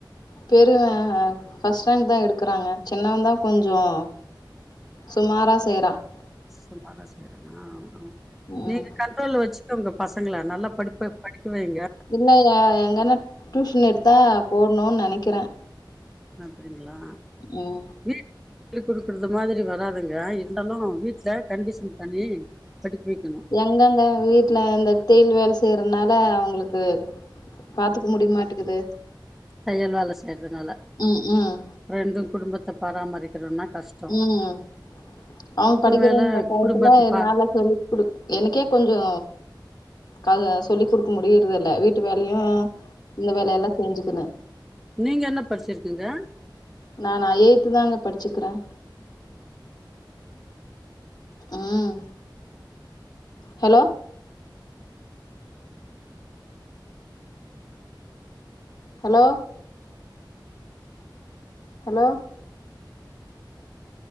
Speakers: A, on the left; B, in the centre.
A: பெரு ஃபஸ்ட் ரேங் தா எடுக்குறாங்க சின்னவன் தா கொஞ்சம் சுமாரா செய்றான்
B: சுமாரா செய்றானா
A: ம்
B: நீங்க கண்ட்ரோல்ல வச்சுக்கோங்க பசங்கள நல்லா படிப்ப படிக்க வைங்க
A: இல்லங்க எங்கன்னா டியூஷன் எடுத்தா போடணும்னு நினைக்கிறேன்
B: அப்டிங்களா
A: ம்
B: வீட் குடுக்குறது மாதிரி வராதுங்க இருந்தாலும் வீட்ல கண்டிஷன் பண்ணி படிக்க வைக்கணும்
A: எங்கங்க வீட்ல இந்த தேயில் வேலை செய்றதுனால அவங்களுக்கு பாத்துக்க முடியமாட்டுக்குது
B: தையல் வேலை செய்றதுனால
A: ம் ம்
B: ரெண்டு குடும்பத்த பராமரிக்கிறதுனா கஷ்
A: ம் அவுங்க படிக்கின்ற
B: மேல
A: டைத்துல
B: குடும்பத்த
A: என்னால
B: பா
A: சொல்லி கூடுக் எனக்கே கொஞ்சோ க சொல்லி் குடுக்க முடியுறது இல்ல வீட்டு வேலையும் இந்த வேலையெல்லா செஞ்சுக்கின்னு
B: நீங்க என்ன படிச்சிருக்கிங்க
A: நானா எயி்த் தாங்க படிச்சுக்கிறேன் ம் ஹலோ ஹலோ ஹலோ